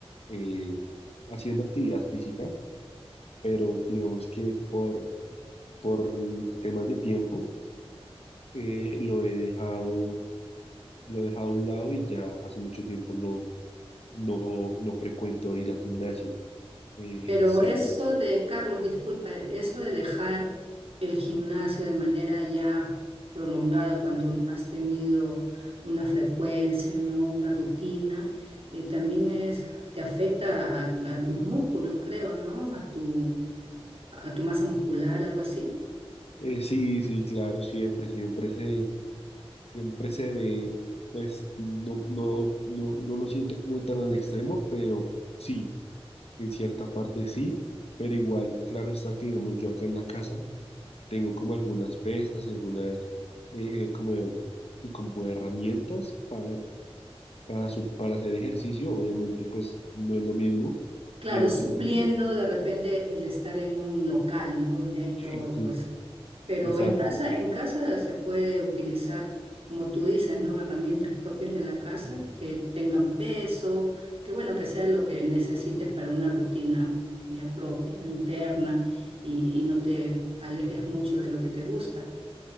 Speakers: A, on the left (about 75°); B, on the right (about 65°).
A: eh, haciendo actividad física, pero digamos que por, por temas de tiempo eh, lo he dejado, lo he dejado a un lado y ya hace mucho tiempo no, no, no frecuento ir al gimnasio. Eh,
B: Pero
A: sé-
B: eso de, Carlos, disculpa, eso de dejar el gimnasio de manera ya prolongada cuando has tenido una frecuencia, ¿no? Una rutina, eh, también es, te afecta a, a tus músculos, creo, ¿no? A tu, a tu masa muscular, algo así.
A: eh, sí, sí, claro, siempre, siempre se, siempre se ve, pues no, no, no, no lo siento como tan al extremo, pero sí. En cierta parte sí, pero igual, claro está que, digamos, yo acá en la casa tengo como algunas pestas y algunas, eh, eh, como, sí, como herramientas para, para, su- para hacer ejercicio. Obviamente, pues no es lo mismo
B: Claro,
A: que ir a
B: supliendo
A: un gimnasio.
B: de repente el estar en un local, ¿no? Donde hay
A: Sí,
B: todo,
A: sí,
B: pues. Pero
A: exacto.
B: en casa, en casa se puede utilizar, como tú dices, ¿no? Herramientas propias de la casa que tengan peso, que bueno, que sea lo que necesites para una rutina ya propia, ¿no? Interna y, y no te alejes mucho de lo que te gusta.